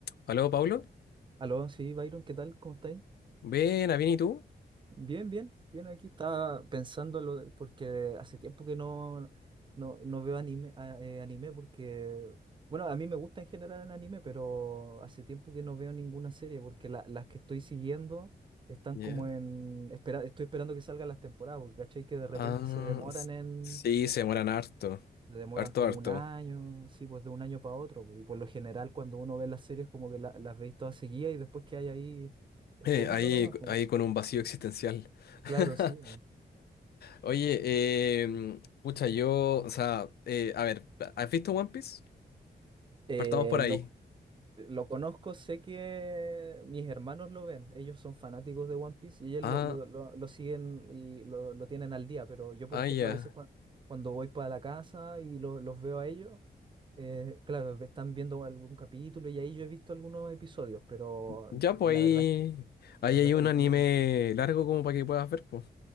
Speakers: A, on the left; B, on the right.
A: Aló, Paulo.
B: Aló, sí, Byron, ¿qué tal? ¿Cómo estáis?
A: Buena, bien, ¿y tú?
B: Bien, bien, bien, aquí estaba pensando en lo de- porque hace tiempo que no, no, no veo anime, a- eh, anime porque, bueno, a mí me gusta en general el anime, pero hace tiempo que no veo ninguna serie porque la- las que estoy siguiendo están
A: Ya.
B: como en, espera, estoy esperando que salgan las temporadas, porque cachai que de repente
A: Ah,
B: se demoran
A: s-
B: en,
A: sí, se demoran harto.
B: se demoran
A: Harto,
B: como
A: harto.
B: un año, sí, pues de un año para otro, y por lo general cuando uno ve las series como que la- las veis todas seguidas y después que hay ahí esperando
A: Eh, ahí,
B: nomás, pues.
A: ahí con un vacío existencial. <laughs>
B: Claro, sí. bu.
A: Oye, eh, pucha, yo, o sea, eh, a ver, ¿has visto One Piece?
B: Eh,
A: Partamos por ahí.
B: lo, lo conozco, sé que mis hermanos lo ven, ellos son fanáticos de One Piece y ellos
A: Ah,
B: lo, lo- lo- lo siguen y lo, lo tienen al día, pero yo, por
A: ah,
B: ejemplo,
A: ya.
B: a veces cua- cuando voy para la casa y lo- los veo a ellos, eh, claro, están viendo algún capítulo y ahí yo he visto algunos episodios, pero
A: Ya,
B: no-
A: pues
B: la
A: ahí,
B: verdad es que,
A: ahí
B: la verdad
A: hay
B: es
A: un
B: que
A: anime
B: yo no.
A: largo como para que puedas ver, pues.